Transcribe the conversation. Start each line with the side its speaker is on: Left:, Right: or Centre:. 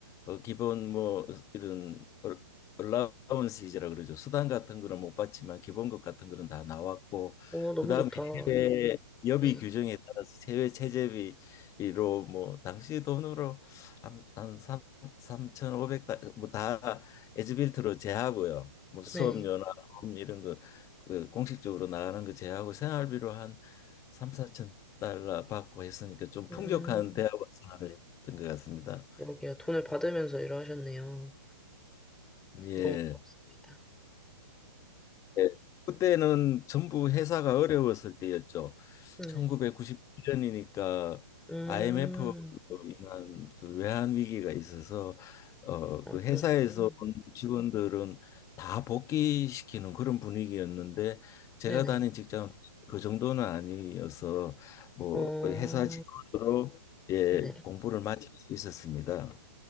Left: 어, 기본 뭐 이런 얼- 얼라운스이라 그러죠. 수당 같은 거는 못 받지만 기본급 같은 거는 다 나왔고
Centre: 어, 너무
Left: 그다음에
Centre: 좋다.
Left: 해외 여비
Centre: 네.
Left: 규정에 따라서 해외 체제비로 뭐 당시 돈으로 한, 한 3, 삼5 오백 달러 뭐다 에즈빌트로 제하고요. 뭐 수업료나
Centre: 네.
Left: 음, 이런 거그 공식적으로 나가는 거 제하고 생활비로 한 3, 4천 달러 받고 했으니까 좀
Centre: 음,
Left: 풍족한 대학원 생활을 했던 것 같습니다.
Centre: 그러게요. 돈을 받으면서 일을 하셨네요.
Left: 예.
Centre: 너무 부럽습니다.
Left: 예. 그때는 전부 회사가 어려웠을 때였죠.
Centre: 네.
Left: 1999년이니까
Centre: 음,
Left: IMF로 인한 그 외환 위기가 있어서 어,
Centre: 아,
Left: 그 회사에서
Centre: 그러셨구나.
Left: 온 직원들은 다 복귀시키는 그런 분위기였는데 제가
Centre: 네네.
Left: 다닌 직장은 그 정도는 아니어서 뭐
Centre: 어,
Left: 회사 직원으로 예,
Centre: 네네.
Left: 공부를 마칠 수 있었습니다.